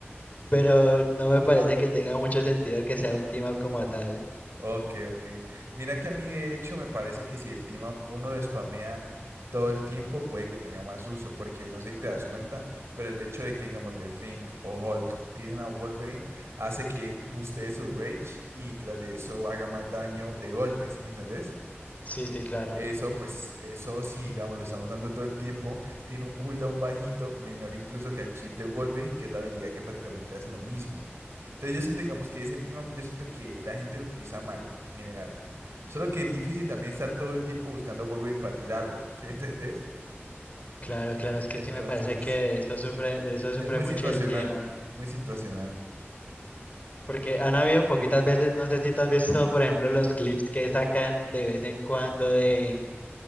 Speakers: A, on the left; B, on the right.
A: pero no me parece que tenga mucho sentido que sea un team-up como tal.
B: Ok, ok. Mira que a mí de hecho me parece que si el team up uno lo spamea todo el tiempo puede que tenga más uso, porque no sé si te das cuenta, pero el hecho de que digamos The Think o Hulk tiren a Wolverine hace que bustee su rage y tras de eso haga más daño de golpe, ¿sí me entendés?
A: Sí, sí, claro.
B: Eso, pues, eso sí, digamos, lo estamos usando todo el tiempo. Tiene un cooldown bajito, menor incluso que el Chief de Wolverine, que es la habilidad que prácticamente hace lo mismo. Entonces yo siento, digamos, que ese team, up, yo siento que la gente lo utiliza mal, en general. Solo que es difícil también estar todo el tiempo buscando a Wolverine para tirarlo, <laughs> ¿sí me entendés?
A: Claro, claro, es
B: Entonces,
A: que sí me parece que de eso sufre, de eso sufre
B: es muy
A: mucho
B: situacional,
A: el team
B: es muy situacional.
A: Porque han habido poquitas veces, no sé si tú has visto, por ejemplo, los clips que sacan de vez en cuando de,